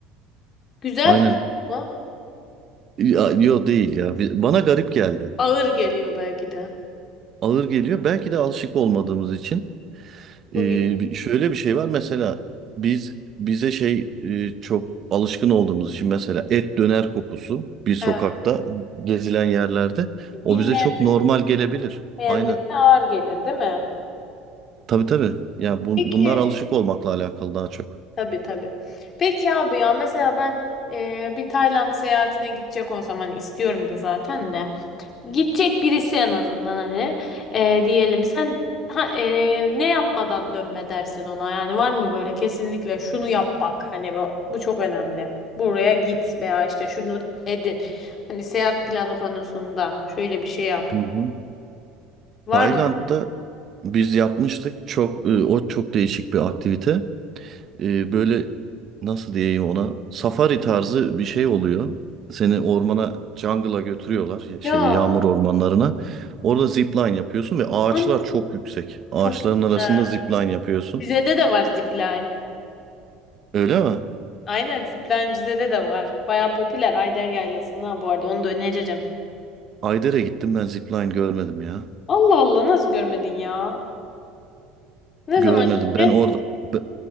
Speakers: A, on the left (about 40°); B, on the right (about 40°).
A: Güzel
B: Aynen.
A: bir konu.
B: Ya, yo değil ya. Bi- Bana garip geldi.
A: Ağır geliyor belki de.
B: Ağır geliyor. Belki de alışık olmadığımız için.
A: Çok
B: Ee,
A: iyi.
B: bir- şöyle bir şey var mesela biz bize şey e, çok alışkın olduğumuz için mesela et döner kokusu bir sokakta
A: He.
B: gezilen yerlerde
A: Bilmeyen,
B: o bize çok normal gelebilir.
A: bilmeyen
B: Aynen.
A: birine ağır gelir, değil mi?
B: Tabii tabii. Ya bu-
A: Peki.
B: bunlar alışık olmakla alakalı daha çok.
A: Tabii tabii. Peki abi ya mesela ben e, bir Tayland seyahatine gidecek olsam hani istiyorum da zaten de. Gidecek birisi en azından hani e, diyelim sen ha, e, ne yapmadan dönme dersin ona yani var mı böyle kesinlikle şunu yap bak hani bu, bu çok önemli. Buraya git veya işte şunu edin. Hani seyahat planı konusunda şöyle bir şey yap.
B: Hı hı.
A: Var
B: Tayland'da
A: mı?
B: biz yapmıştık çok e, o çok değişik bir aktivite. e, böyle nasıl diyeyim ona safari tarzı bir şey oluyor. Seni ormana jungle'a götürüyorlar ya- şeye
A: Ya
B: yağmur ormanlarına. Orada zipline yapıyorsun ve ağaçlar
A: anne
B: çok yüksek. Ağaçların
A: çok
B: arasında
A: güzel.
B: zipline yapıyorsun.
A: Bize de de var zipline.
B: Öyle mi?
A: Aynen Ziplencize'de de var. Baya popüler Ayder Yaylası'nda bu arada onu da öneririm.
B: Ayder'e gittim ben zipline görmedim ya.
A: Allah Allah nasıl görmedin ya? Ne
B: Görmedim.
A: zaman
B: Ben
A: gittin?
B: orada be-